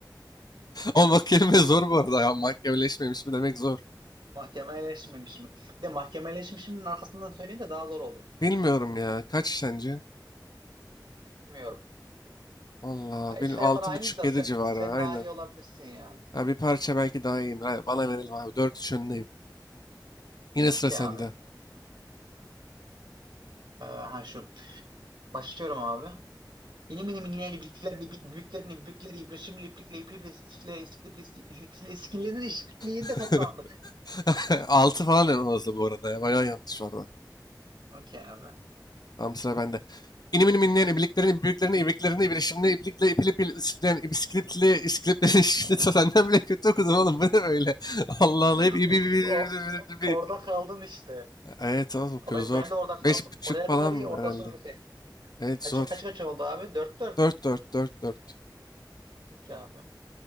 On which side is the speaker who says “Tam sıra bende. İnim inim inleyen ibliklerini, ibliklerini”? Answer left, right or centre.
Left